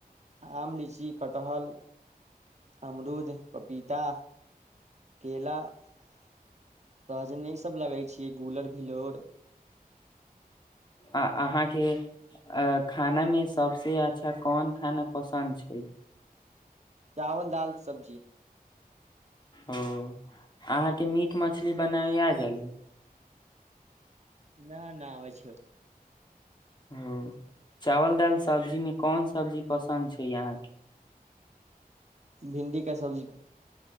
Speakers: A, on the right; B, on the left.
A: आम लीची कटहल अमरूद पपीता केला सहजने ईसभ लगै छियै गुलर भिलोर
B: आ अहाँके खानामे सभसँ अच्छा कोन खाना पसन्द छै।
A: चावल दाल सब्जी
B: ओ अहाँके मीट मछली बनाय गेलै
A: न न आब छै
B: ओ चावल दालि सब्जीमे कोन सब्जी पसन्द छै अहाँके
A: भिंडी क सब्जी